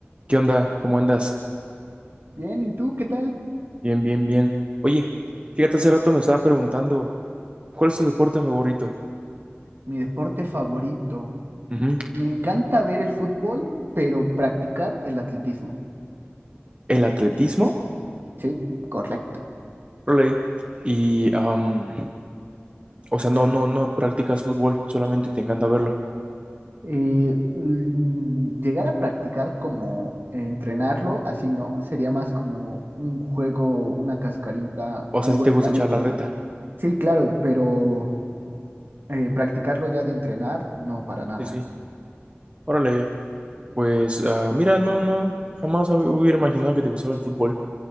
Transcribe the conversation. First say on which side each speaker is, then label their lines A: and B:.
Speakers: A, on the right (about 25°); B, on the right (about 55°).
A: ¿Qué onda? ¿Cómo andas?
B: Bien, ¿y tú qué tal?
A: Bien, bien, bien. Oye, fíjate, hace rato me estaba preguntando, ¿cuál es tu deporte favorito?
B: Mi deporte favorito.
A: Ujú.
B: Me encanta ver el fútbol, pero practicar el atletismo.
A: ¿El atletismo?
B: Sí, correcto.
A: Órale. Y, am, o sea, no, no, no practicas fútbol, solamente te encanta verlo.
B: Eh, mm, llegar a practicar como eh, entrenarlo, así no, sería más como un juego, una cascarita,
A: O
B: algo
A: sea, si te
B: entre
A: gusta
B: amigos.
A: echar la reta.
B: Sí, claro, pero eh, practicarlo ya de entrenar, no, para nada.
A: Sí, sí. Órale. Pues, ah, mira, no, no, jamás hab- hubiera imaginado que te gustaba el fútbol.